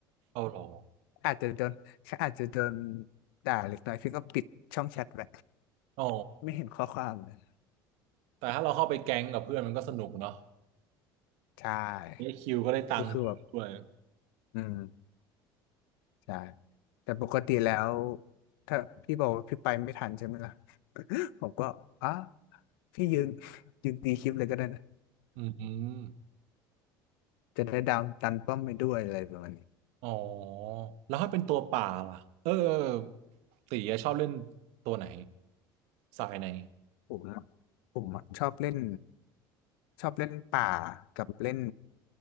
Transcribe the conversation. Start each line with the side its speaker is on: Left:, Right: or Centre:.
Right: เข้ารอ
Left: อาจจะโดนคอาจจะโดนด่าเล็กน้อยพี่ก็ปิดช่องแชทไป
Right: อ๋อ
Left: ไม่เห็นข้อความนะ
Right: แต่ถ้าเราเข้าไปแก๊งกับเพื่อนมันก็สนุกเนาะ
Left: ใช่
Right: ได้คิวก็ได้ตังค์ด้วย
Left: ก็คือแบบอืม ใช่ แต่ปกติแล้วถ้าพี่บอกว่าพี่ไปไม่ทันใช่ไหมล่ะ <coughs> <laughs> ผมก็อ๋อพี่ยืนยืนตีคลิปเลยก็ได้นะ
Right: อืม
Left: จะได้ดาวน์ตันป้อมไปด้วยอะไรประมาณนี้
Right: อ๋อแล้วถ้าเป็นตัวป่าล่ะเออเออตีอะชอบเล่นตัวไหนสายไหน
Left: ผมอะผมอะชอบเล่นชอบเล่นป่ากับเล่น